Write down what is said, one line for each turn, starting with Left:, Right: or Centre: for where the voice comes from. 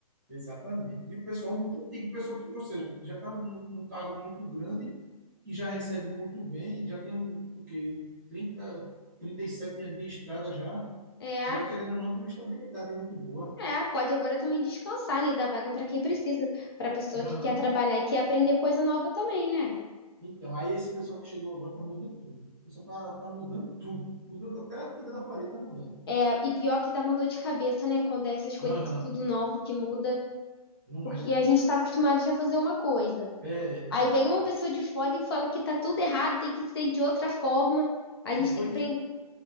Centre: Exatamente. E o pessoal é muito antigo, o pessoal que, ou seja, já está num, num cargo muito grande, que já recebe muito bem, já tem um, o quê? trinta, trinta e sete anos de estrada já,
Left: É,
Centre: já querendo ou não, tem uma estabilidade muito boa.
Left: é, pode agora também descansar, né? E dar vaga para quem precisa, para pessoa
Centre: Aham.
Left: que quer trabalhar e quer aprender coisa nova também, né?
Centre: Então, aí esse pessoal que chegou agora está mudando tudo. O pessoal está tá tá mudando tudo. Mudando até a tinta da parede, está mudando.
Left: É, e pior que dá uma dor de cabeça, né? Quando é essas coisas
Centre: Aham.
Left: assim, tudo novo que muda,
Centre: Não
Left: porque
Centre: é?
Left: a gente está acostumado já a fazer uma coisa.
Centre: É.
Left: Aí vem uma pessoa de fora e fala que tá tudo errado, tem que ser de outra forma. A gente
Centre: E foi.
Left: tem que aprender.